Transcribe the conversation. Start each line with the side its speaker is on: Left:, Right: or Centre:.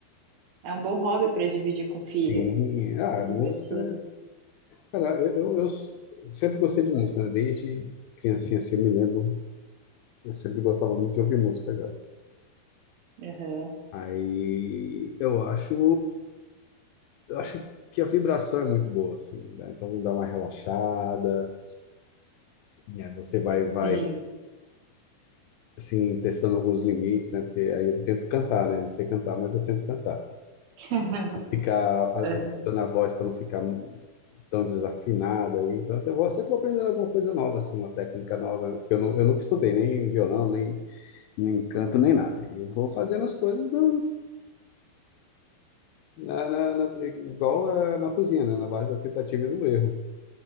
Right: É um bom hobby para dividir com
Left: Sim,
Right: filhos.
Left: ah,
Right: É
Left: a
Right: divertido.
Left: música. Cara, eu, eu, eu s- sempre gostei de música, né? Desde criancinha assim, eu me lembro, eu sempre gostava muito de ouvir música já.
Right: Aham,
Left: Aí eu acho, eu acho que a vibração é muito boa, assim, né? Então dá uma relaxada. É, você vai, vai,
Right: Sim.
Left: assim, testando alguns limites, né? Porque aí eu tento cantar, né? Não sei cantar, mas eu tento cantar.
Right: <laughs>
Left: Ficar a-
Right: Aham.
Left: adaptando a voz para não ficar mu- tão desafinada aí. Então, eu vou, sempre vou aprendendo alguma coisa nova, assim, uma técnica nova. Eu, não, eu nunca estudei nem violão, nem, nem canto, nem nada. E eu vou fazendo as coisas na, na, na- na- igual eh, na cozinha, né? Na base da tentativa e do erro.